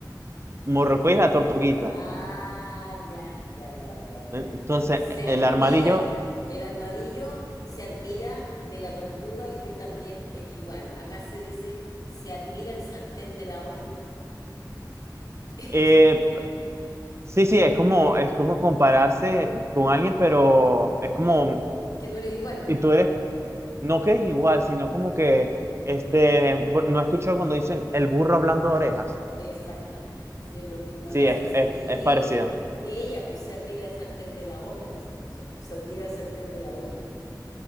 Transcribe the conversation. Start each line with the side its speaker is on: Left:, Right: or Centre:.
Right: Morrocoy es la tortuguita.
Left: Ah, ya, ya, ya, ya,
Right: Entonces,
Left: ya. Se admira,
Right: el armadillo,
Left: el armadillo se admira de la tortuga y él también es igual. Acá se dice, se admira el sartén de la olla. <laughs>
Right: eh, sí, sí, es como, es como compararse con alguien, pero es como
Left: que, que tú eres igual.
Right: y tú eres, no que eres igual, sino como que, este, bu- no he escuchado cuando dicen el burro hablando de orejas.
Left: Exactamente, sí, es lo mismo.
Right: Sí,
Left: Acá se
Right: es,
Left: dice,
Right: es,
Left: mire,
Right: es parecido.
Left: ella, pues se admira el sartén de la olla, decimos nosotros, se admira el sartén de la olla.